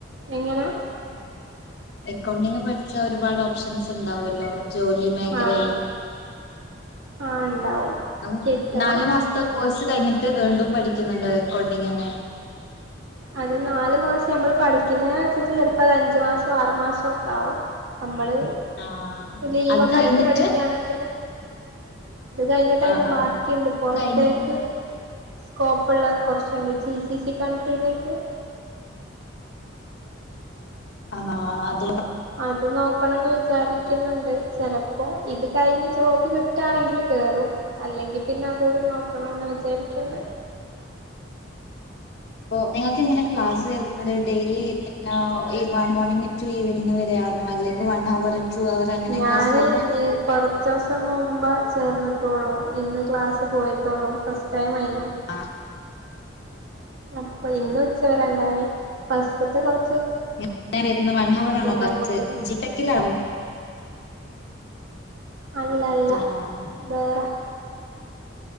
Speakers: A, on the right; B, on the left.
A: എങ്ങനാ
B: അക്കൗണ്ടിങ് പഠിച്ചാ ഒരുപാട് ഓപ്ഷൻസ് ഉണ്ടാവല്ലോ ജോലി മേഖല
A: ആഹ്
B: എല്ലാം
A: ആഹ് ഉണ്ടാവും
B: <unintelligible>
A: കിട്ടണം
B: നാലു മാസത്തെ കോഴ്സ് കഴിഞ്ഞിട്ട് വീണ്ടും പഠിക്കുന്നുണ്ടോ അക്കൗണ്ടിങ്ങനെ
A: അത് നാല് മാസം നമ്മള് പഠിക്കുന്നതിനനുസരിച്ച് അപ്പ അഞ്ച് മാസോ ആറു മാസം ഒക്കെ ആകും നമ്മള്
B: ആഹ്
A: ലീവൊക്കെ
B: അത് കഴിഞ്ഞിട്ട്
A: എടുത്ത് പഠിക്കയാണെങ്കില് അത് കഴിഞ്ഞിട്ട് അതിന്റെ
B: ആഹ് ആഹ്
A: ബാക്കിയുണ്ട് പുറത്തേക്ക്
B: കഴിഞ്ഞിട്ട്
A: സ്കോപ്പുള്ള കുറച്ചുണ്ട് ചീ സീ ഈ കൺട്രിയിലേക്ക്
B: ആഹ അത
A: അത് നോക്കണംന്ന് വെച്ച് സാധിക്കുന്നുണ്ട് ചിലപ്പോൾ ഇത് കഴിഞ്ഞ് ജോബ് കിട്ടുകയാണെങ്കിൽ കേയറും അല്ലെങ്കിൽ പിന്നെ അതോട് നോക്കണോന്ന് വിചാരിക്കുണ്ട്
B: ഇപ്പാേ നിങ്ങൾക്ക് ഇങ്ങനെ ക്ലാസ് വരുന്നത് ഡെയിലി മോർണിംഗാ ഇവമോർണിംഗ ടു ഈവനിങ് വരെ ആണോ അല്ലെങ്കിൽ വൺ അവർ ടു അവർ അങ്ങനെ
A: ഞാൻ
B: ക്ലാസ് വരുന്നെ
A: ഈ കൊറച്ച് ദിവസം മുമ്പേ ചേർന്നിട്ടുള്ളു ഇന്ന് ക്ലാസ് പോയിട്ടുള്ളൂ ഫസ്റ്റ് ടൈം യിന്
B: ആഹ
A: അപ്പൊ ഇന്ന് ഉച്ച വരണ്ടായി ഫസ്റ്റത്തെ കെറ
B: എങ്ങനെ വരുന്ന വൺ ഹവർ ആണോ ഫസ്റ്റ്
A: നമ്മക്ക്
B: ജിടെക്കിലാണോ
A: അല്ല അല്ല
B: ആഹ് ആഹ്
A: വേറെ